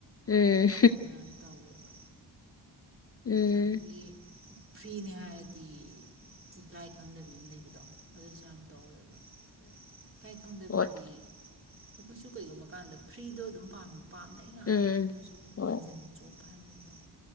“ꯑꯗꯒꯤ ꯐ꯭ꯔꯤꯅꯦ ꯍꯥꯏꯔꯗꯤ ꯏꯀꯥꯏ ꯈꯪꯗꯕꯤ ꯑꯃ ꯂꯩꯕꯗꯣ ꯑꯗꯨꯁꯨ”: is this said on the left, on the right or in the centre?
Right